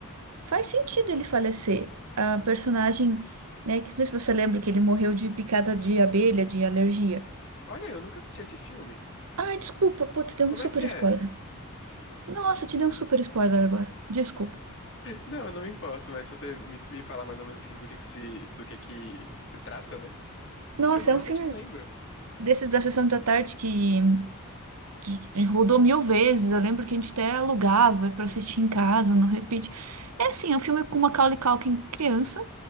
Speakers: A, on the right; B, on the left.
A: Faz sentido ele falecer. A personagem, né, que não sei se você lembra que ele morreu de picada de abelha, de alergia.
B: Olha, eu nunca assisti esse filme.
A: Ai, desculpa, putz, deu
B: Como
A: um super
B: é que é?
A: spoiler. Nossa, te dei um super spoiler agora. Desculpa.
B: Não, eu não me importo, mas se você me, me falar mais ou menos assim, do que que se, do que que se trata, né?
A: Nossa,
B: Que eu não, realmente
A: é um filme
B: não lembro.
A: desses da sessão da tarde que de- rodou mil vezes. Eu lembro que a gente até alugava pra assistir em casa, não repeat. É assim, é um filme com Macaulay Culkin criança,